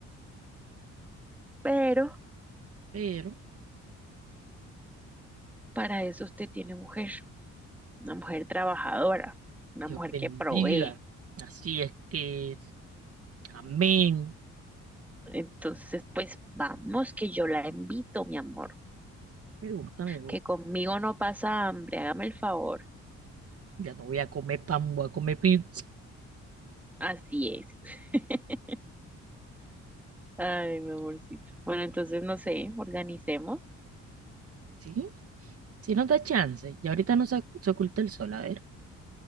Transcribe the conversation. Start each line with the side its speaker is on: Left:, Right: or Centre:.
Centre: Pero
Right: pero
Centre: para eso usted tiene mujer, una mujer trabajadora, una
Right: Dios
Centre: mujer
Right: bendiga.
Centre: que provee.
Right: Así es que, amén.
Centre: Entonces, pues vamos, que yo la invito, mi amor,
Right: Me gusta, me gusta.
Centre: que conmigo no pasa hambre, hágame el favor.
Right: Ya no voy a comer pan, voy a comer pizza.
Centre: Así es. <laughs> Ay, mi amorcito. Bueno, entonces no sé, organicemos.
Right: ¿Sí? Sí nos da chance. Y ahorita no se, se oculta el sol. A ver,